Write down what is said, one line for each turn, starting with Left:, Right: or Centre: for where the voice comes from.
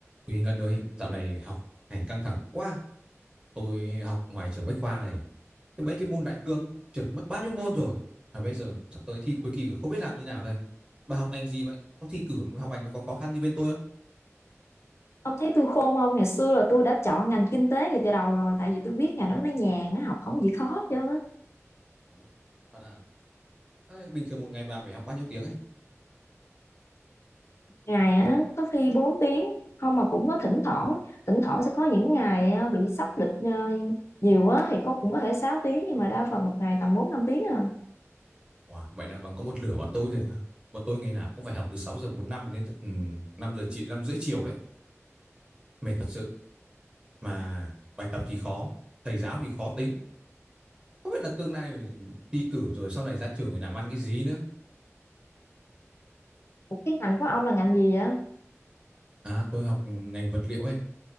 Right: Uy Ngân ơi, dạo này học hành căng thẳng quá. Tôi học ngoài trường Bách Khoa này, cái mấy cái môn đại cương ấy, trượt mất bao nhiêu môn rồi. Mà bây giờ sắp tới thi cuối kỳ rồi, không biết làm như nào đây. Bà học ngành gì vậy? Có thi cử học hành nó có khó khăn như bên tôi không?
Left: Ông thấy tôi khôn không? Ngày xưa là tôi đã chọn ngành kinh tế ngay từ đầu rồi tại vì tôi biết ngành đó nó nhàn á, học không gì khó chứ.
Right: Hả? Thật à? Ê, bình thường một ngày bà phải học bao nhiêu tiếng ấy?
Left: Ngày á có khi 4 tiếng, không mà cũng có thỉnh thoảng, thỉnh thoảng sẽ có những ngày á, bị sắp lịch ờ, nhiều á thì có cũng có thể 6 tiếng nhưng mà đa phần một ngày tầm 4 5 tiếng à.
Right: Wow, vậy là bằng có một lửa bọn tôi rồi à? Bọn tôi ngày nào cũng phải học từ 6 giờ 45 đến tận ừ, 5 giờ chị 5 rưỡi chiều đấy. Mệt thật sự. Mà bài tập thì khó, thầy giáo thì khó tính Không biết là tương lai thi cử rồi sau này ra trường phải làm ăn cái gì nữa.
Left: Ủa, Cái ngành của ông là ngành gì vậy?
Right: À tôi học ngành vật liệu ấy.